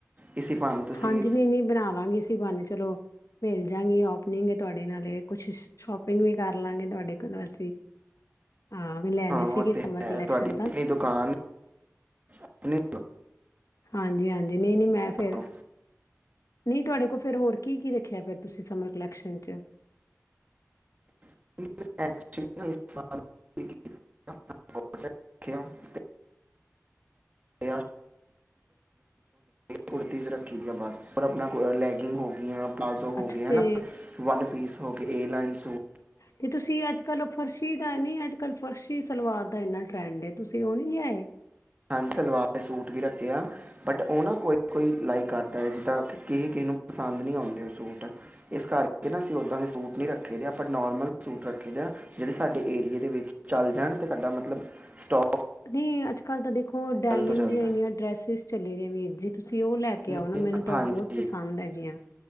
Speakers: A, on the right (about 30°); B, on the left (about 80°).
A: ਇਸੇ ਬਹਾਨੇ ਤੁਸੀਂ
B: ਹਾਂਜੀ ਨਹੀਂ ਨਹੀਂ ਬਣਾ ਲਾਂਗੇ ਅ ਭਾਨ ਚਲੋ ਮਿਲ ਜਾਗੇ ਓਪਨਿੰਗ ਤੁਹਾਡੇ ਨਾਲ ਕੁਛ ਸ਼ੋਪਿੰਗ ਵੀ ਕਰ ਲਵਗੇ ਤੁਹਾਡੇ ਕੋਲੋਂ ਅਸੀਂ ਹਾਂ ਮੈਂ ਲੈਣੇ
A: ਉਹ
B: ਸੀਗੀ
A: ਤੇ
B: ਸਮਰ
A: ਹੈ
B: ਕਲੈਕਸ਼ਨ
A: ਤੁਹਾਡੀ
B: ਤਾਂ
A: ਆਪਣੀ ਦੁਕਾਨ ਆਪਣੀ
B: ਹਾਂਜੀ ਹਾਂ ਨੀ ਨੀ ਮੈਂ ਫੇਰ
A: ਦੁਕਾਨ
B: ਨਹੀਂ ਤੁਹਾਡੇ ਕੋਲ ਫਿਰ ਹੋਰ ਕੀ ਕੀ ਰੱਖਿਆ ਫਿਰ ਤੁਸੀਂ ਸਮਰ ਕਲੈਕਸ਼ਨ ਚ।
A: <inaudible> <inaudible> ਕੁੁਰਤੀ ਰੱਖੀ ਦੀ ਬਸ ਪਰ ਆਪਣਾ ਲੈਗਿੰਗ ਹੋ ਗਈਆਂ ਪਲਾਜ਼ੋ ਹੋ
B: ਅੱਛਾ
A: ਗਏ ਹਨਾ
B: ਤੇ
A: ਵੰਨ ਪੀਸ ਹੋ ਏ ਲਾਈਨ ਸੂ
B: ਤੇ ਤੁਸੀਂ ਅੱਜ ਕੱਲ ਉਹ ਫਰਸ਼ੀ ਦਾ ਨੀ ਅੱਜ ਕੱਲ ਫਰਸ਼ੀ ਸਲਵਾਰ ਦਾ ਇੰਨਾ ਟਰੈਂਡ ਹੈ ਤੁਸੀਂ ਉਹ ਨੀ ਲਿਆਏ।
A: ਹਾਂਜੀ ਸਲਵਾਰ ਵੀ ਸੂਟ ਵੀ ਰੱਖੇ ਆ ਬਟ ਉਹ ਨਾ ਕੋਈ-ਕੋਈ ਲਾਈਕ ਕਰਦਾ ਜਿੱਦਾਂ ਕਿ ਕਿਸੇ-ਕਿਸੇ ਨੂੰ ਪਸੰਦ ਨਹੀਂ ਆਉਂਦੇ ਸੂਟ ਇਸ ਕਰਕੇ ਨਾ ਅਸੀਂ ਉੱਦਾਂ ਦੇ ਸੂਟ ਨਹੀਂ ਰੱਖੇ ਦੇ ਆਪਾਂ ਨੋਰਮਲ ਸੂਟ ਰੱਖੇ ਦੇ ਆ ਜਿਹੜੇ ਸਾਡੇ ਏਰੀਏ ਦੇ ਵਿੱਚ ਚੱਲ ਜਾਣ ਅਤੇ ਸਾਡਾ ਮਤਲਬ ਸਟੋ
B: ਨਹੀਂ ਅੱਜ ਕੱਲ ਤਾਂ ਦੇਖ ਹੋ ਡਾਇਨਮ
A: ਤੋਂ ਜਲਦ
B: ਦੀਆਂ ਇੰਨੀਆਂ ਡਰੈਸਿਸ ਚੱਲ ਦੀਆਂ ਵੀਰ ਜੀ ਤੁਸੀਂ ਉਹ ਲੈ ਕੇ
A: ਨਹੀਂ,
B: ਆਓ ਨਾ ਮੈਨੂੰ ਤਾਂ
A: ਹਾਂਜੀ
B: ਉਹ ਬਹੁਤ ਪਸੰਦ ਹੈਗੀਆਂ।